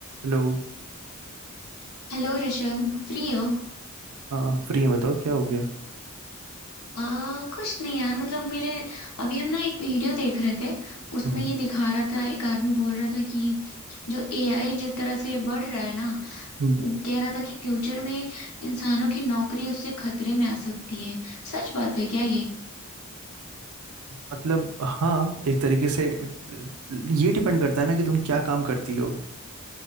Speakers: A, on the right; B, on the left.
A: Hello
B: Hello Rishabh free हो
A: हाँ free है बताओ क्या हो गया
B: आ, कुछ नहीं यार मतलब मेरे अभी हम ना एक वीडियो देख रहे थे उसमें
A: हम्म
B: ये दिखा रहा था एक आदमी बोल रहा था कि जो एआई जिस तरह से बढ़ रहा है ना
A: हम्म।
B: कह रहा था कि फ्यूचर में इंसानों की नौकरी उससे खतरे में आ सकती है सच बात है क्या ये
A: मतलब हाँ एक तरीके से अ, ये डिपेंड करता है ना कि तुम क्या काम करती हो